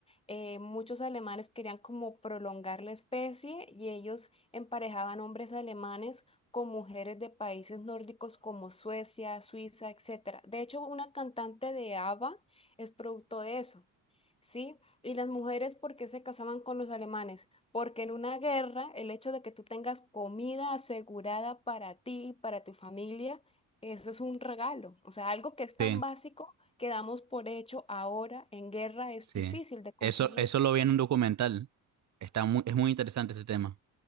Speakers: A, on the left; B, on the right.
A: eh, muchos alemanes querían como prolongar la especie y ellos emparejaban hombres alemanes con mujeres de países nórdicos como Suecia, Suiza, etcétera. De hecho, una cantante de ABBA es producto de eso, ¿sí? Y las mujeres, ¿por qué se casaban con los alemanes? Porque en una guerra, el hecho de que tú tengas comida asegurada para ti, para tu familia, eso es un regalo. O sea, algo que es tan
B: Sí.
A: básico que damos por hecho ahora en guerra es
B: Sí.
A: difícil de conseguir.
B: Eso, eso lo vi en un documental. Está muy, es muy interesante ese tema.